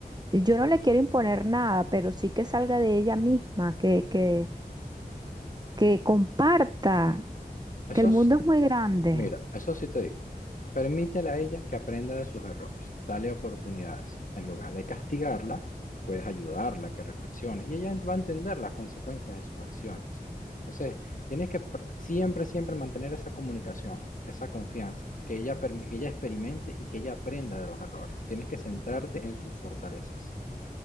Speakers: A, on the right; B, on the left.
A: Yo no le quiero imponer nada, pero sí que salga de ella misma, que, que, que comparta,
B: Eso
A: que el
B: es
A: mundo es muy grande.
B: Mira, eso sí te digo. Permítele a ella que aprenda de sus errores. Dale oportunidades. En lugar de castigarla, puedes ayudarla a que reflexione y ella va a entender las consecuencias de sus acciones. Entonces, tienes que pr- siempre, siempre mantener esa comunicación, esa confianza, que ella, permi- que ella experimente y que ella aprenda de los errores. Tienes que centrarte en sus fortalezas.